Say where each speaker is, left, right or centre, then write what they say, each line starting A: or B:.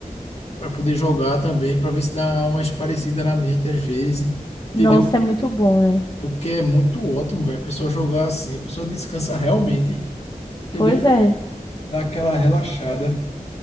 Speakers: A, on the left (about 50°); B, on the left (about 30°).
A: Para poder jogar também, para ver se dá umas parecidas na mente às vezes.
B: Nossa,
A: Entendeu?
B: é muito bom, né?
A: Porque é muito ótimo, velho. A pessoa jogar assim, a pessoa descansa realmente. Entendeu?
B: Pois é.
A: Dá aquela relaxada.